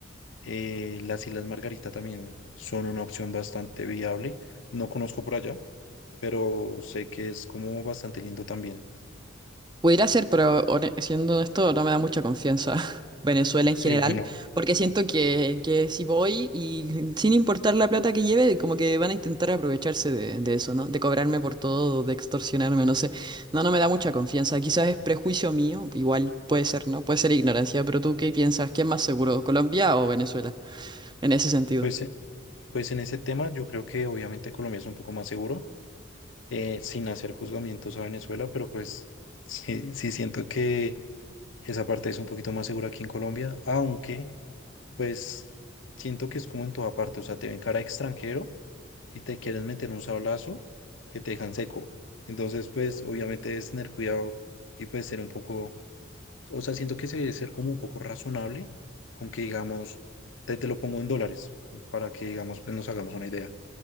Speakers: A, on the left; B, on the right.
A: eh, las Islas Margarita también son una opción bastante viable. No conozco por allá, pero sé que es como bastante lindo también.
B: Pudiera ser, pero hone- siendo honesto, no me da mucha confianza <laughs> Venezuela en general,
A: Y bueno,
B: porque siento que, que si voy y sin importar la plata que lleve, como que van a intentar aprovecharse de, de eso, ¿no? De cobrarme por todo, de extorsionarme, no sé. No, no me da mucha confianza. Quizás es prejuicio mío, igual puede ser, ¿no? Puede ser ignorancia, pero ¿tú qué piensas? ¿Qué es más seguro, Colombia o Venezuela? En ese sentido.
A: pues, eh, pues en ese tema yo creo que obviamente Colombia es un poco más seguro. eh, sin hacer juzgamientos a Venezuela, pero pues sí, sí siento que esa parte es un poquito más segura aquí en Colombia, aunque pues siento que es como en toda parte, o sea, te ven cara de extranjero y te quieren meter un sablazo que te dejan seco. Entonces, pues obviamente debes tener cuidado y pues ser un poco, o sea, siento que se debe ser como un poco razonable con que digamos, te, te lo pongo en dólares para que digamos, pues nos hagamos una idea.